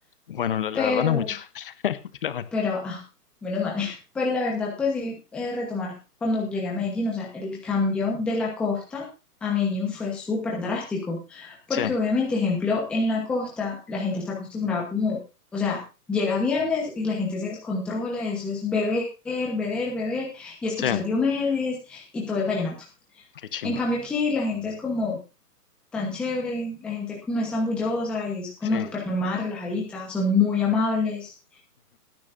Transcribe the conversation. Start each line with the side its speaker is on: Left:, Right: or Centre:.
Left: Bueno, la, la
Centre: pero,
Left: verdad no mucho, <laughs> pero bueno,
Centre: pero, ah, menos mal. <laughs> Pero la verdad, pues sí, eh, retomar, cuando llegué a Medellín, o sea, el cambio de la costa a Medellín fue súper drástico. Porque
Left: sí,
Centre: obviamente, ejemplo, en la costa la gente está acostumbrada como, o sea, llega viernes y la gente se descontrola, eso es beber, beber, beber y escuchar
Left: sí,
Centre: Diomedes y todo es vallenato.
Left: qué chimba,
Centre: En cambio aquí la gente es como tan chévere, la gente no es tan bullosa y es como
Left: sí.
Centre: súper normal, relajadita, son muy amables.